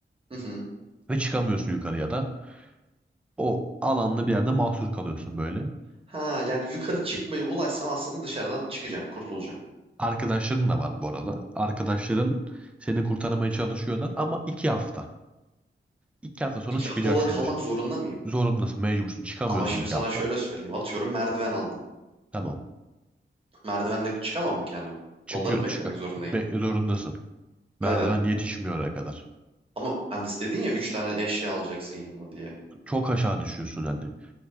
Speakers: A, on the right (about 25°); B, in the centre.
A: Hı hı.
B: Ve çıkamıyorsun yukarıya da. O alanlı bir yerde mahsur kalıyorsun böyle.
A: Ha yani yukarı çıkmayı ulaşsam aslında dışarıdan çıkacağım. Kurtulacağım.
B: Arkadaşların da var bu arada. Arkadaşların seni kurtarmaya çalışıyorlar ama iki hafta. İki hafta sonra
A: İki
B: çıkacaksın
A: hafta orada kalmak
B: dışarı.
A: zorunda mıyım?
B: Zorundasın, mecbursun. Çıkamıyorsun
A: Ama şimdi
B: iki
A: sana
B: hafta.
A: şöyle söyleyeyim. Atıyorum merdiven aldım.
B: Tamam.
A: Merdivenle çıkamam mı kendim?
B: Çıkıyor,
A: Onları mı
B: çık
A: beklemek zorundayım?
B: be- zorundasın. Merdiven
A: Neden?
B: yetişmiyor oraya kadar.
A: Ama hani dedin ya 3 tane eşya alacaksın yanına diye.
B: Çok aşağı düşüyorsun hani.